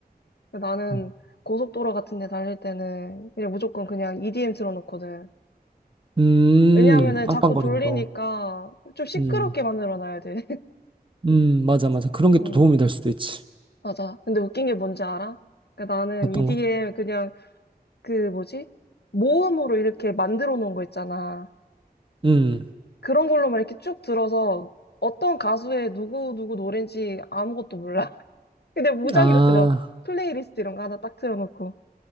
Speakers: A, on the left; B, on the right.
A: 나는
B: 음,
A: 고속도로 같은 데 달릴 때는 그냥 무조건 그냥 EDM 틀어놓거든.
B: 음,
A: 왜냐하면은
B: 빵빵거리는
A: 자꾸 졸리니까
B: 거.
A: 좀 시끄럽게
B: 음,
A: 만들어 놔야 돼.
B: 음, 맞아, 맞아. 그런 게
A: <laughs>
B: 또 도움이 될 수도 있지.
A: 맞아. 근데 웃긴 게 뭔지 알아? 그러니까 나는
B: 어떤
A: EDM
B: 거?
A: 그냥 그 뭐지? 모음으로 이렇게 만들어 놓은 거 있잖아.
B: 음,
A: 그런 걸로만 이렇게 쭉 들어서 어떤 가수의 누구 누구 노래인지 아무것도 몰라. <laughs> 근데 무작위로
B: 아,
A: 들어. 플레이리스트 이런 거 하나 딱 틀어놓고.